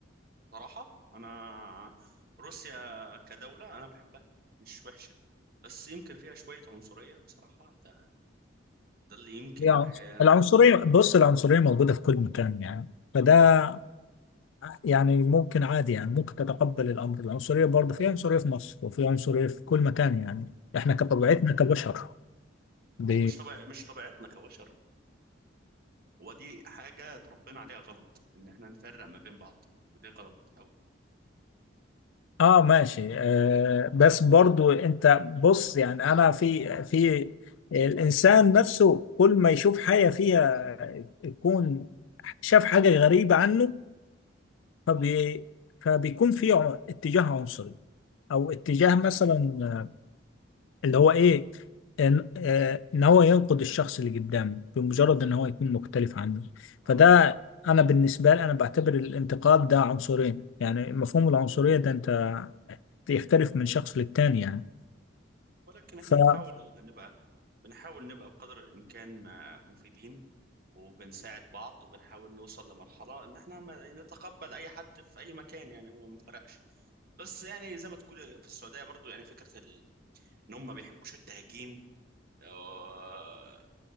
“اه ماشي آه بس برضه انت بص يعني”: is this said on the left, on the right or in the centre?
Left